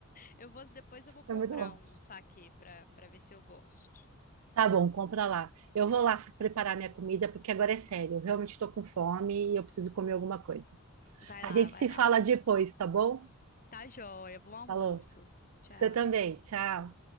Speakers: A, on the left (about 40°); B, on the right (about 80°).
A: Eu vou, depois eu vou comprar
B: É muito bom.
A: um saquê pra, pra ver se eu gosto.
B: Tá bom, compra lá. Eu vou lá preparar minha comida, porque agora é sério. Eu realmente estou com fome e eu preciso comer alguma coisa.
A: Vai
B: A
A: lá,
B: gente
A: vai
B: se
A: lá.
B: fala depois, tá bom?
A: Tá joia, bom almoço.
B: Falou.
A: Tchau.
B: Você também. Tchau.